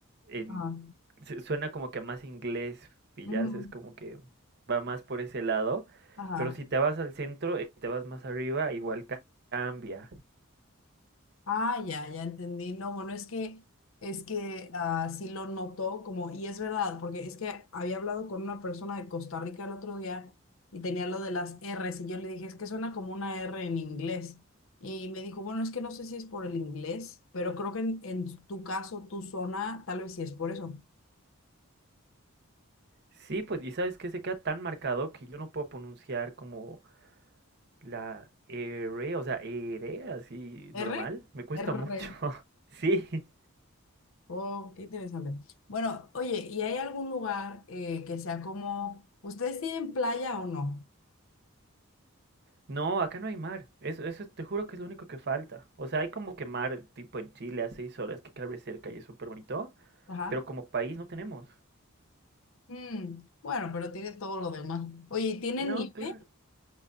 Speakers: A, on the right; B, on the left.
A: En,
B: Ajá.
A: se- suena como que más inglés, pillas,
B: Ujú. mm.
A: es como que va más por ese lado.
B: Ajá.
A: Pero si te vas al centro, eh, te vas más arriba, igual ca- cambia.
B: Ah, ya, ya entendí. No, bueno, es que, es que ah, sí lo notó como, y es verdad, porque es que había hablado con una persona de Costa Rica el otro día y tenía lo de las R's y yo le dije, es que suena como una R en inglés. Y me dijo, bueno, es que no sé si es por el inglés, pero creo que en, en tu caso, tu zona, tal vez sí es por eso.
A: Sí, pues, y sabes que se queda tan marcado que yo no puedo pronunciar como la E, R, o sea, E, R, así
B: ¿R?
A: normal. Me cuesta
B: R.
A: mucho. <laughs> Sí.
B: Oh, qué interesante. Bueno, oye, ¿y hay algún lugar eh, que sea como, ¿ustedes tienen playa o no?
A: No, acá no hay mar. Eso, eso te juro que es lo único que falta. O sea, hay como que mar tipo en Chile a seis horas que cabe cerca y es súper bonito,
B: Ajá.
A: pero como país no tenemos.
B: Mm, bueno, pero tiene todo lo demás. Oye, ¿y tienen
A: No,
B: nieve?
A: claro.